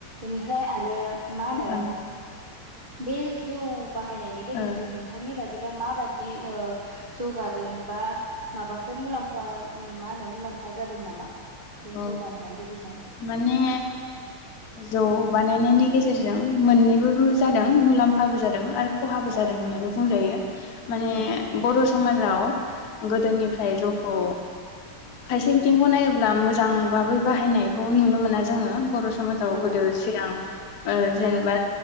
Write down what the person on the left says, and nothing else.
ओं
ओ
अ
माने जौ बानायनायनि गेजेर जों मोननैबो जादों मुलाम्फाबो जादों आरो। खहाबो जादों
होननानै बुंजायो
माने
बर' समाजाव गोदोनिफ्राय जौखौ खायसे बिथिंखौ नायोब्ला मो जां बाबै बाहायनायखौ नुनो मोना जोङो बर' समाजाव
गोदो
सिगां ओ जेनेबा।